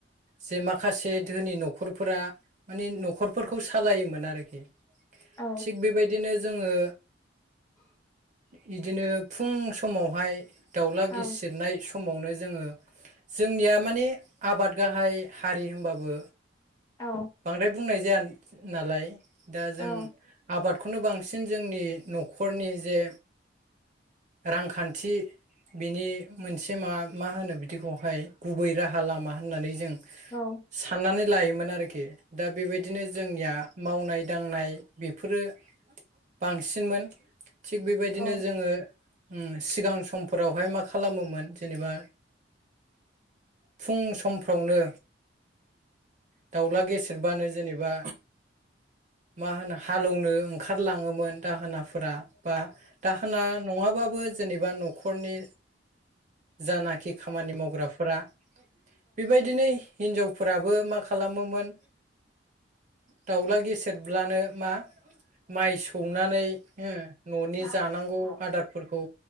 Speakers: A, on the right; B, on the left.
A: जे माखासे धोनि नखरफोरा माने नखरफोरखौ सालायोमोन आरोखि।
B: औ
A: थिग बेबायदिनो जोङो बिदिनो फुं समावहाय दाउला
B: औ
A: गिसिरनाय समावनो जोङो जोंनिया माने आबाद गाहाय हारि होमबाबो
B: औ
A: बांद्राय बुंनाय जाया नालाय दा जों
B: औ
A: आबाद खौनो बांसिन जोंनि नखरनि जे रांखान्थि बेनि मोनसे मा मा होनो बिदिखौहाय गुबै राहा लामा होननानै जों
B: औ
A: साननानै लायोमोन आरोखि दा बेबायदिनो जोंनिया मावनाय दांनाय बेफोरो बांसिनमोन थिग बेबायदिनो
B: औ
A: जोङो उम सिगां समफोरावहाय मा खालामोमोन जेनेबा फुं समफ्रावनो दाउला गेसेेरबानो जेनेबा मा होनो हालोवनो ओंखारलाङोमोन दाहोनाफोरा बा दाहोना नङाबाबो जो जेनेबा नखरनि जानाखि खामानि मावग्राफोरा बेबायदिनो हिनजावफोराबो माखासे मोमोन दावला गेसेरब्लानो मा माय सौवो सौनानै ननि
B: औ
A: जानांगौ
B: औ।
A: आदारफोरखौ